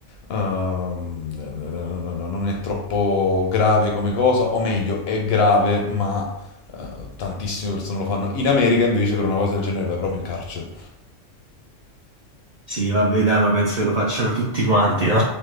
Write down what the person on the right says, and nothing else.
Sì, vabbè, dai, ma penso che lo facciano tutti quanti, no?